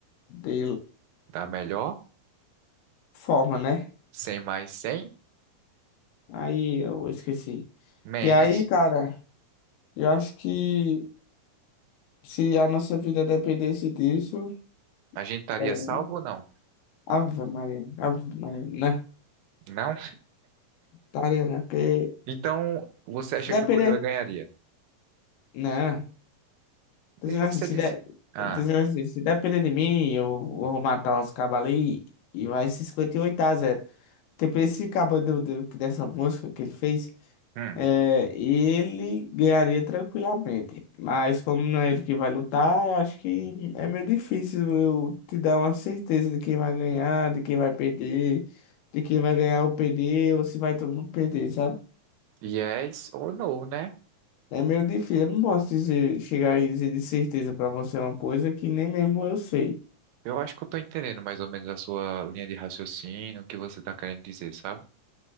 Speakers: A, on the left (about 85°); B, on the right (about 85°).
A: de
B: dá melhor,
A: forma, né?
B: sem mais, sem
A: Aí eu esqueci.
B: menos.
A: E aí, cara, eu acho que se a nossa vida dependesse disso,
B: A gente estaria
A: eu...
B: salvo ou não?
A: Ave Maria, Ave Maria, né?
B: Não?
A: Estaria, né? Porque
B: Então, você
A: se
B: acha
A: depender,
B: que o gorila ganharia?
A: né? Tô
B: E
A: dizendo
B: você
A: assim, se,
B: disse,
A: der,
B: ah,
A: tô dizendo assim, se depender de mim, eu vou matar uns cabos ali e vai ser 58 a zero Tipo, esse cabo do, do, dessa música que ele fez,
B: hum,
A: é, ele ganharia tranquilamente. Mas como não é ele que vai lutar, eu acho que é meio difícil eu te dar uma certeza de quem vai ganhar, de quem vai perder, de quem vai ganhar ou perder, ou se vai todo mundo perder, sabe?
B: yes ou no, né?
A: É meio difícil, eu não posso dizer, chegar e dizer de certeza pra você uma coisa que nem mesmo eu sei.
B: Eu acho que eu tô entendendo mais ou menos a sua linha de raciocínio, o que você tá querendo dizer, sabe?